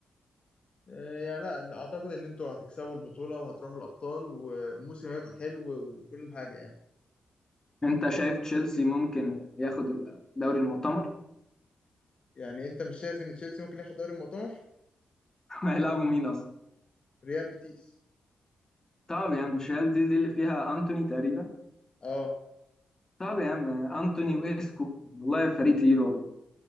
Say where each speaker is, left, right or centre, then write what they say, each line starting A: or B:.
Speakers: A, on the left; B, on the left.
A: آه، يعني لا أعتقد إن أنتوا هتكسبوا البطولة وهتروحوا الأبطال والموسم هيبقى حلو وكل حاجة يعني
B: انت شايف تشيلسي ممكن ياخد الدوري المؤتمر
A: يعني أنت مش شايف إن تشيلسي ممكن ياخد دوري المؤتمر؟
B: <laughs> هيلعبوا مين اصلا
A: ريال بيتيس
B: طب يا عم مش هل دي, دي اللي فيها انتوني تقريبا
A: أه
B: طب يا عم انتوني واسكو والله فريق تقيل والله